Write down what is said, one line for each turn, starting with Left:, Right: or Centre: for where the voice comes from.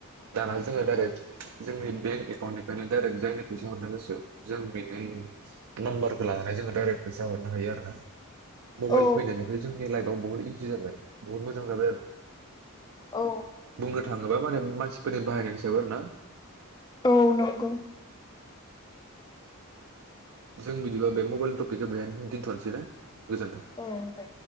Right: दाना जोङो दडायरेक्ट जोंनि बेंक एकाउन्टनिफ्रायनो डायरेक्ट जायनि फैसा हरनो गोसो जों बिनि नाम्बारखौ लानानै जोङो डाइरेक्ट फैसा हरनो हायो आरो ना मबाइल
Left: औ
Right: फैनायनिफ्राय जोंनि लाइफआव बुहुत इजि जाबाय बुहुत मोजां जाबाय आरो
Left: औ
Right: बुंनो थाङोबा माने मानसिफोरनि बाहाय याव आरो ना?
Left: औ, नंगौ।
Right: जों बिदिबा बे मबाइलनि टपिकखौ बेहाय दोनथ'नोसैना? गोजोनथों।
Left: औ दे